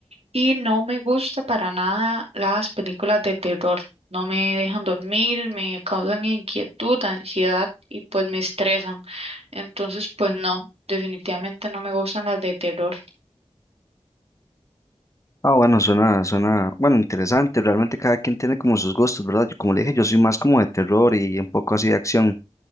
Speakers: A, on the right; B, on the left.
A: Y no me gusta para nada las películas de terror. No me dejan dormir, me causan inquietud, ansiedad y pues me estresan. Entonces, pues no, definitivamente no me gustan las de terror.
B: Ah, bueno, suena, suena, bueno, interesante. Realmente cada quien tiene como sus gustos, ¿verdad? Yo, como le dije, yo soy más como de terror y un poco así de acción.